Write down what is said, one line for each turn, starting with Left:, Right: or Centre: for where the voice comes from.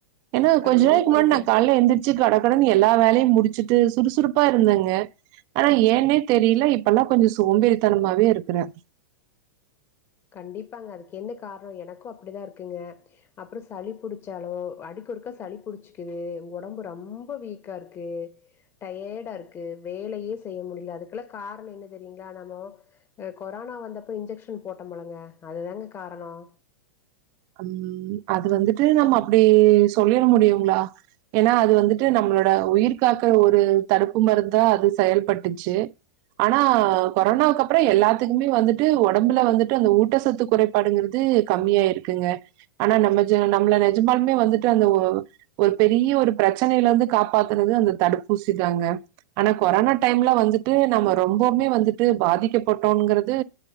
Right: என்னா கோஞ்ச
Left: கண்டிப்பாங்க
Right: நாளைக்கு நான் கால எழுதுரிச்சு கடை கடை எல்லா வேலயும் முடிச் ச்ச சுறுசுறுப்பா இருந்தாங்க ஆனா ஏன்னே தெரியல இப்பெல்லாம் கொஞ்சம் சோம்பறித்தனமாவே இருக்கிறேன்
Left: கண்டிப்பாங்க அதுக்கு என்ன காரணம் எனக்கும் அப்டிதான் இருக்குங்க அப்பறம் சளி புடிச்சாலும் அடிக்கு அடுக்கா சளி புடிச்சுக்குது உடம்பு ரொம்ப வீக்கா இருக்கு டயர்டா இருக்கு வேலயே செய்ய முடியல அதுக்குெல்ல காரணம் என்ன தெரியுங்களா நம்ம கொரோனா வந்தப்ப இன்ஜெக்ஷன் போட்டம்ம்பழுங்க அதுதாங்க காரணம்
Right: ம் அது வந்துட்டு நம்ம அப்டி சொல்லிட முடியுங்களா ஏன்னா அது வந்துட்டு நம்மளோட உயிர் காாக்குற ஒரு தடுப்பு மருந்தா அது செயல்பட்டுச்சு ஆனா கொரோனாவுக்கு அப்பறம் எல்லாத்துக்குமே வந்துட்டு உடம்புல வந்துட்டு அந்த ஊட்ட சொத்து குறைபாடுங்கிறது கம்மியாிருக்கு இருக்கு ஆனா நம நம்ம நெஜமாலுமே வந்துட்டு அந்த ஒரு பெரிய ஒரு பிரச்சனையில இருந்து காப்பாத்துறது அந்த தடுப்பூசி தாங்க ஆனா கொரோனா டைம்ல வந்துட்டு நம்ம ரொம்பவுமே வந்துட்டு பாதிக்கப்பட்டோங்கிறது